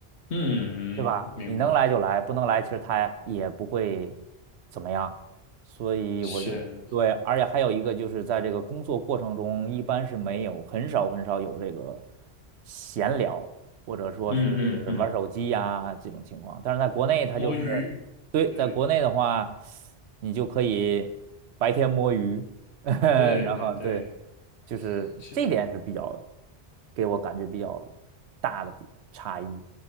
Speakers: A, on the left (about 80°); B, on the right (about 80°).
A: 嗯，
B: 对吧？
A: 明白，
B: 你能来就来，不能来其实他也不会怎么样。所以我就对，
A: 是，
B: 而且还有一个就是在这个工作过程中，一般是没有，很少很少有这个闲聊，或者说是玩手机呀、
A: 嗯嗯嗯，
B: 这种情况。但是在国内，他就是对，
A: 摸鱼，对
B: 在国内的话，你就可以白天摸鱼，<laughs> 然后对，
A: 对对对，
B: 就是这点是比较
A: 是，
B: 给我感觉比较大的比差异，